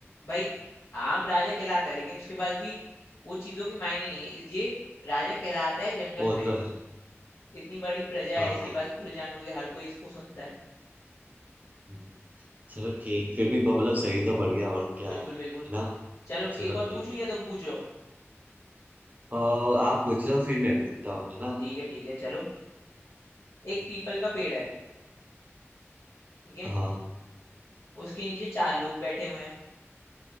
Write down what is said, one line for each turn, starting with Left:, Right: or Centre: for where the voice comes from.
Left: भाई आम राजा कहलाता है लेकिन उसके पास भी वो चीजों के मायने नहीं है ये राजा कहलाता है जंगल
Right: वो
Left: में
Right: तो है
Left: इतनी बड़ी प्रजा
Right: हाँ
Left: है इसके
Right: हाँ
Left: पास पूरे जानवर के हर कोई इसको सुनता है
Right: हम्म, चलो ठीक फिर भी मतलब सही तो बढ़ गया और क्या
Left: बिल्कुल
Right: है मैं
Left: बिल्कुल
Right: है ना
Left: चलो
Right: चलो
Left: एक और
Right: ठीक
Left: पूछूं
Right: है
Left: या तुम पूछो
Right: और आप पूछ लो फिर मैं पूछता हूँ है ना
Left: ठीक है ठीक है चलो एक
Right: हम्म,
Left: पीपल का पेड़ है ठीक है
Right: हाँ
Left: उसके नीचे चार लोग बैठे हुए हैं